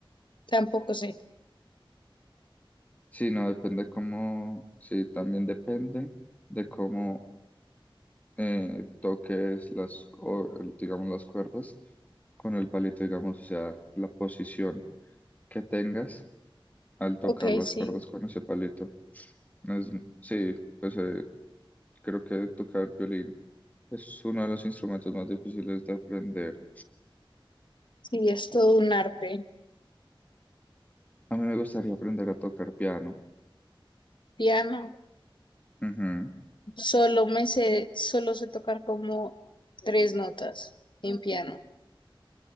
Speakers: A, on the left; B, on the left.
A: tampoco sé.
B: sí, no, depende cómo, sí, también depende de cómo eh, toques las, o, el- digamos, las cuerdas con el palito, digamos, o sea, la posición que tengas al tocar
A: Ok,
B: las
A: sí,
B: cuerdas con ese palito. Es- sí, pues eh, Creo que tocar violín es uno de los instrumentos más difíciles de aprender.
A: sí, es todo un arte.
B: A mí me gustaría aprender a tocar piano.
A: Piano,
B: Ujú,
A: solo me sé, solo sé tocar como tres notas en piano.